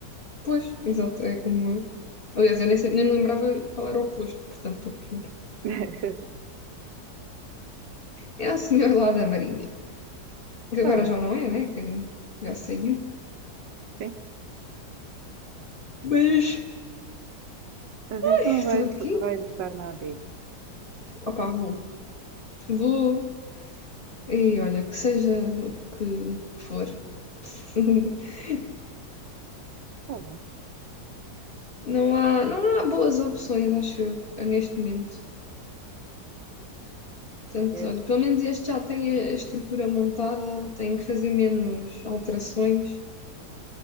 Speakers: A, on the left; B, on the right.
A: Pois, exato, é como eu. Aliás, eu nem, sei- nem me lembrava qual era o posto, portanto estou pior.
B: <laughs>
A: É o senhor lá da Marinha, que
B: Está
A: agora
B: bem,
A: já não é, né? Que já saiu.
B: sim.
A: Mas
B: Mas
A: ai,
B: então
A: estou
B: vai
A: aqui.
B: vai estar na ADI.
A: Opa, vou. Vou. E olha, que seja o que for. <laughs>
B: Está bem.
A: Não há, não há boas opções, acho eu, neste momento. Portanto,
B: Pois,
A: olha, pelo menos este já tem a a estrutura montada, tem que fazer menos alterações,